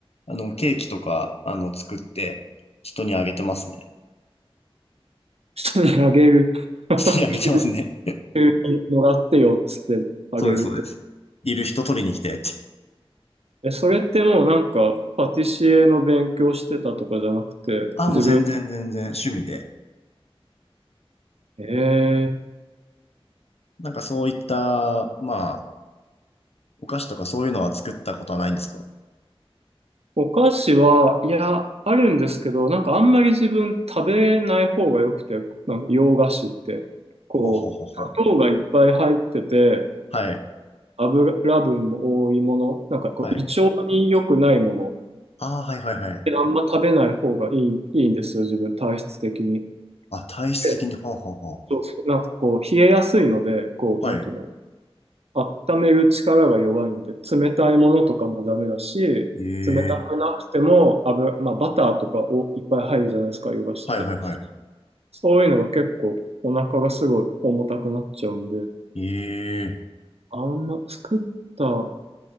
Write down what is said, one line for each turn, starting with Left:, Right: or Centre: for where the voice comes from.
Left: あの、ケーキとか、あの、作って人にあげてますね。
Right: 人にあげる。<laughs>
Left: 人にあげてますね。
Right: 急にもらってよっつってあげる
Left: そうです、そうです。いる人取りに来てって。
Right: え、それってもうなんか、パティシエの勉強してたとかじゃなくて、
Left: あ、
Right: 自分、
Left: もう全然全然趣味で。
Right: えー、
Left: なんかそういった、まあ、お菓子とかそういうのは作ったことはないんですか
Right: お菓子は、いや、あるんですけど、なんかあんまり自分食べない方が良くて、なんか洋菓子って、こう、
Left: ほうほうほうほう。
Right: 砂糖がいっぱい入ってて、
Left: はい、
Right: 油分も多いもの、なんかこう、
Left: はい。
Right: 胃腸に良くないもの、
Left: ああ、はいはいはい。
Right: であんま食べない方がいい、いいんですよ、自分、体質的に。
Left: あ、体質的に、
Right: で、
Left: ほうほうほう。
Right: そうそうなんかこう、冷えやすいので、こう、
Left: はい。
Right: なんていうの温める力が弱いんで、冷たいものとかもダメだし、
Left: ええ
Right: 冷たくなくても油、まあ、バターとかをいっぱい入るじゃないですか、ヨガしって。
Left: はいはいは
Right: そういうのが結構お腹がすごい重たくなっちゃうんで、
Left: い。ええ
Right: あんま作った、